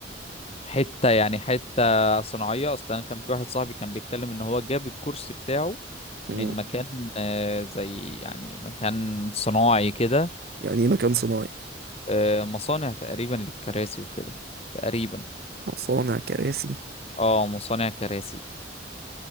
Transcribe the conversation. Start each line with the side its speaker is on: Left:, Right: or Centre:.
Left: حتة يعني حتة صناعية اصلا انا كان في واحد صاحبي كان بيتكلم ان هو جاب الكرسي بتاعه
Right: مم.
Left: من مكان آه، زي يعني مكان صناعي كده
Right: يعني ايه مكان صناعي
Left: آه، مصانع تقريبا للكراسي وكده تقريبا
Right: مصانع كراسي
Left: اه مصانع كراسي